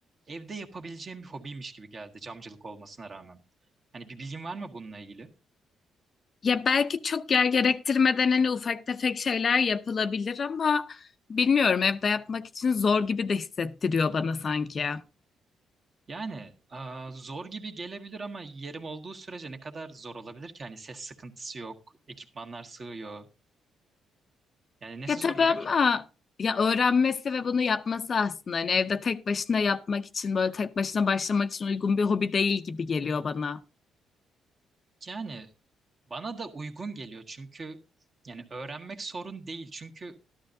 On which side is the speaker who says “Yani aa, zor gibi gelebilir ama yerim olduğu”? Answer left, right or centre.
Right